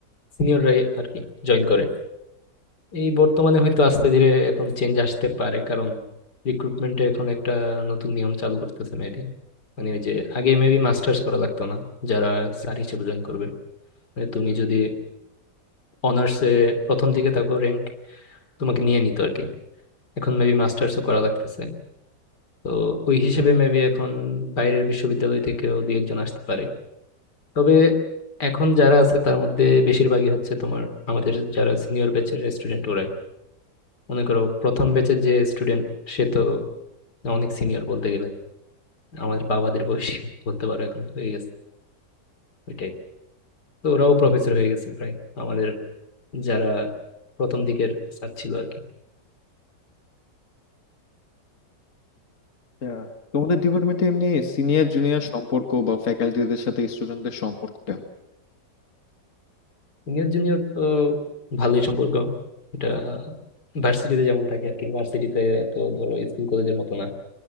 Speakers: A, on the left; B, on the left.
A: সিনিয়ররাই আর কি জয়েন করে এই বর্তমানে হয়তো আস্তে ধীরে এখন চেঞ্জ আসতে পারে কারণ রিক্রুটমেন্টে এখন একটা নতুন নিয়ম চালু করতেছে মেবি মানে ওই যে আগে মেবি মাস্টার্স করা লাগতো না যারা স্যার হিসেবে জয়েন করবে মানে তুমি যদি অনার্সে প্রথম দিকে থাকো র্যাঙ্ক তোমাকে নিয়ে নিত আর কি এখন মেবি মাস্টার্সও করা লাগতেছে তো ওই হিসেবে মেবি এখন বাইরের বিশ্ববিদ্যালয় থেকেও দুই একজন আসতে পারে তবে এখন যারা আছে তার মধ্যে বেশিরভাগই হচ্ছে তোমার আমাদের যারা সিনিয়র ব্যাচের স্টুডেন্ট ওরাই মনে করো প্রথম ব্যাচের যে স্টুডেন্ট সে তো অনেক সিনিয়র বলতে গেলে আমাদের বাবাদের বয়সী বলতে পারো এখন হয়ে গেছে ওই টাইপের তো ওরাও প্রফেসর হয়ে গেছে প্রায় আমাদের যারা প্রথম দিকের স্যার ছিল আর কি।
B: আহ, তোমাদের ডিপার্টমেন্টে এমনি সিনিয়র জুনিয়র সম্পর্ক বা ফ্যাকাল্টিদের সাথে স্টুডেন্টদের সম্পর্ক কেমন?
A: সিনিয়র জুনিয়র তো ভালোই সম্পর্ক এটা ভার্সিটিতে যেমন থাকে আর কি ভার্সিটিতে তো ধরো স্কুল কলেজের মতো না